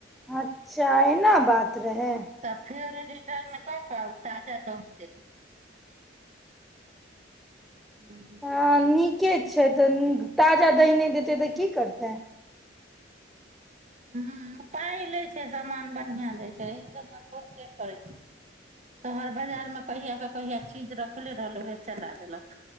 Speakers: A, in the centre; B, on the right.
A: हँ चा एना बात रहै
B: तऽ फेर रिटर्न क क ताजा दन द हूँ
A: ह न ठीके छै तऽ ताजा दही नहि देतै तऽ की करतै
B: ह्म्म पाइ लै छै सामान बढ़िआँ दै छै एहि सभमे थोड़के करै छै शहर बाजारमे कहियाक कऽ कहिया चीज रखले रहल ओए चला देलक